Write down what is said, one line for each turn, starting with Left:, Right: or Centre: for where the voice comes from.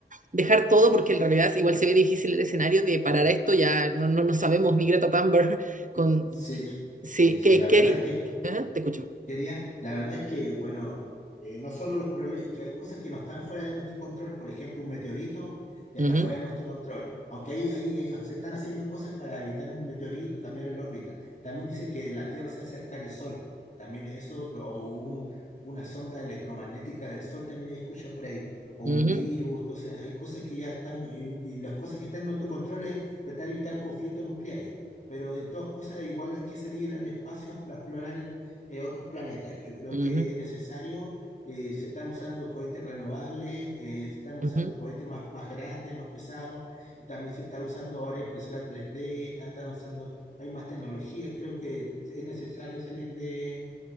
Right: dejar todo porque en realidad igual se ve difícil el escenario de parar esto, ya no, no, no sabemos
Left: ya.
Right: ni Greta Thunberg <laughs> con...
Left: Sí,
Right: Sí,
Left: eh, sí,
Right: que
Left: la verdad
Right: Kerry...
Left: es que
Right: ¿Eh? Te escucho.
Left: teoría, la verdad es que, bueno, eh, no solo los problemas, que hay cosas que no están fuera de nuestro control, por ejemplo, un meteorito ya está
Right: Ujú,
Left: fuera de nuestro control, aunque ahí, ahí, ahí se están haciendo cosas para evitar un meteorito, cambiar el órbita. También dice que la Tierra se hace acercar el Sol, también eso es otro, o un- una sonda electromagnética del Sol también he escuchado por ahí, o
Right: ujú,
Left: un virus, entonces hay cosas que ya están, y, y las cosas que están en nuestro control es tratar de evitar conflictos nucleares. Pero en todas cosas igual hay que salir al espacio a explorar eh, otros planetas. Yo creo
Right: ujú,
Left: que es necesario, eh, se están usando cohetes renovables, eh, se están usando
Right: ujú,
Left: cohetes más, más grandes, más pesados, y también se está usando ahora impresora 3D, está, están usando, hay más tecnología, creo que es necesario salir de...